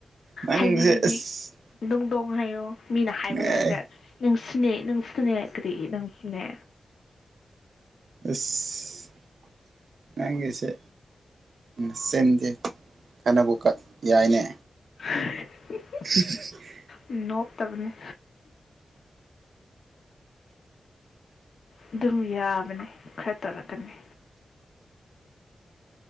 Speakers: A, on the right (about 65°); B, on the left (about 75°).
A: ꯅꯪꯁꯦ
B: ꯍꯥꯏꯅꯤꯡꯉꯗꯤ
A: ꯑꯁ
B: ꯗꯣꯡ ꯗꯣꯡ ꯍꯥꯏꯌꯣ ꯃꯤꯅ ꯍꯥꯏꯕ
A: ꯑꯦ
B: ꯂꯣꯏꯔꯒ ꯅꯪ ꯁꯨꯅꯦ ꯅꯪ ꯁꯨꯅꯦ ꯀꯔꯤ ꯅꯪꯁꯨꯅꯦ
A: ꯏꯁ ꯅꯪꯒꯤꯁꯦ ꯅꯆꯤꯟꯗꯤ ꯐꯅꯕꯨ ꯀ ꯌꯥꯏꯅꯦ
B: <unintelligible>
A: <unintelligible>
B: ꯎꯝ ꯅꯣꯞꯇꯕꯅꯦ ꯗꯨꯝ ꯌꯥꯕꯅꯤ ꯈꯔ ꯇꯧꯔꯛꯀꯅꯤ